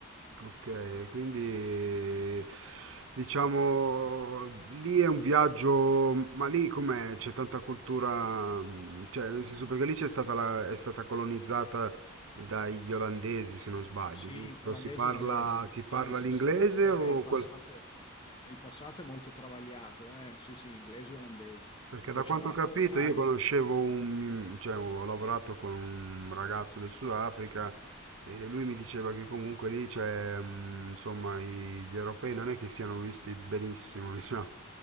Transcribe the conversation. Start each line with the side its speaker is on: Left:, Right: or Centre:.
Right: Ok, quindi diciamo lì è un viaggio, ma lì com'è? C'è tanta cultura, mm, cioè nel senso perché lì c'è stata la- è stata colonizzata dagli olandesi se non sbaglio,
Left: Sì,
Right: giusto?
Left: olandesi
Right: Si parla,
Left: e inglesi,
Right: si
Left: sì,
Right: parla
Left: sì,
Right: l'inglese
Left: sì. Eh
Right: o
Left: beh, il passato,
Right: quel-
Left: il passato è molto travagliato, eh? Sì, sì, inglesi e olandesi.
Right: perché
Left: Poi
Right: da quanto
Left: c'era l'apartheid.
Right: ho capito io conoscevo un, cioè ho lavorato con un ragazzo del Sudafrica e lui mi diceva che comunque lì c'è, mm, insomma, i- gli europei non è che siano visti benissimo, <laughs> diciamo.